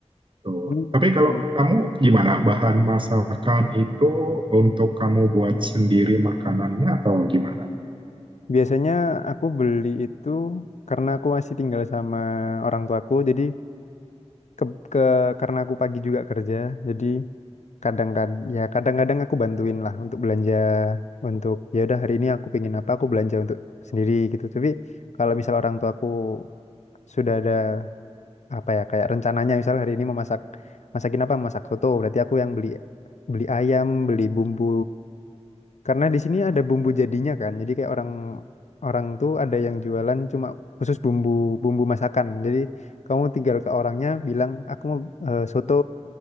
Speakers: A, on the right; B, on the left.
A: Betul.
B: Hmm.
A: Tapi kalau kamu gimana? Bahan masakan itu untuk kamu buat sendiri makanannya atau gimana?
B: Biasanya aku beli itu karena aku masih tinggal sama orang tuaku, jadi ke, ke karena aku pagi juga kerja jadi kadang-kadang ya kadang-kadang aku bantuin lah untuk belanja untuk ya udah hari ini aku pengen apa aku belanja untuk sendiri gitu tapi kalau misal orang tua aku sudah ada apa ya kayak rencananya misal hari ini mau masak masakin apa masak soto berarti aku yang beli beli ayam beli bumbu karena di sini ada bumbu jadinya kan. Jadi kayak orang orang tuh ada yang jualan cuma khusus bumbu bumbu masakan. Jadi kamu tinggal ke orangnya bilang aku mau eh, soto